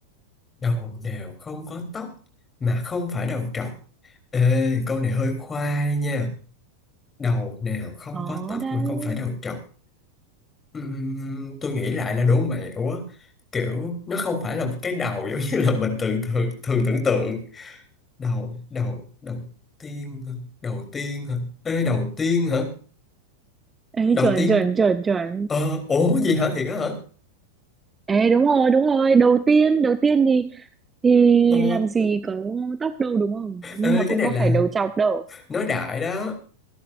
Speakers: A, on the left; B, on the right.
A: đầu đều không có tóc mà không phải đầu trọc ê câu này hơi khoai nha đầu nào không
B: Đó
A: có tóc
B: đấy
A: mà không phải đầu trọc Ừm, tôi nghĩ lại là đố mẹo á kiểu nó không phải là một cái đầu giống như là mình tưởng thường thường tưởng tượng đầu đầu đầu tiên hả? đầu tiên hả ê đầu tiên hả
B: Ê,
A: đầu
B: chuẩn
A: tiên
B: chuẩn chuẩn chuẩn
A: ờ ủa gì hả thiệt á hả
B: Ê đúng rồi, đúng rồi, đầu tiên, đầu tiên thì thì
A: ờ
B: làm gì có tóc đâu đúng không? Nhưng
A: ê
B: mà cũng
A: cái này
B: có
A: là
B: phải đầu trọc đâu.
A: nói đại đó